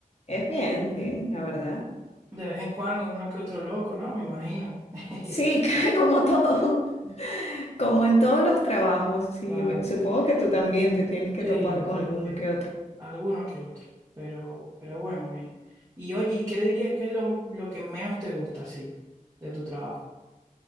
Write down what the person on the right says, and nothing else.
De vez en cuando uno que otro loco, ¿no? Me imagino. <laughs>
Claro.
Sí,
sí,
sí.
Alguno que otro. Pero, pero bueno, bien. Y oye, ¿y ¿qué dirías que es lo, lo que menos te gusta, sí, de tu trabajo?